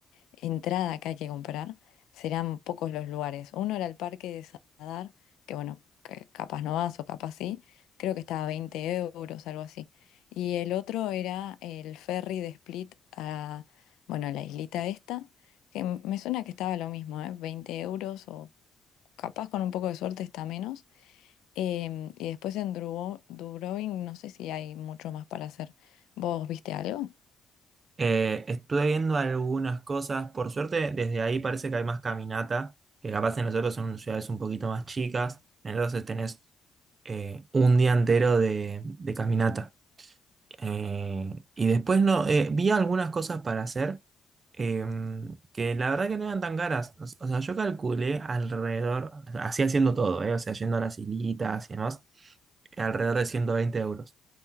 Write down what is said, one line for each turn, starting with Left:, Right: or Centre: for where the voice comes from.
Left: entrada que hay que comprar, serán pocos los lugares. Uno era el Parque de Sadar, que bueno, que capaz no vas o capaz sí, creo que estaba a 20 euros, algo así. Y el otro era el ferry de Split a, bueno, a la islita esta, que m- me suena que estaba lo mismo, ¿eh? 20 euros o capaz con un poco de suerte está menos. Em, y después en Drubo- Dubrovnik no sé si hay mucho más para hacer. ¿Vos viste algo?
Right: Eh, estuve viendo algunas cosas, por suerte desde ahí parece que hay más caminata, que capaz en nosotros son ciudades un poquito más chicas, entonces tenés eh, un día entero de, de caminata. Eh, y después no, eh, vi algunas cosas para hacer eh, que la verdad que no eran tan caras. O, o sea, yo calculé alrededor, así haciendo todo, eh, o sea, yendo a las hilitas y demás alrededor de 120 euros.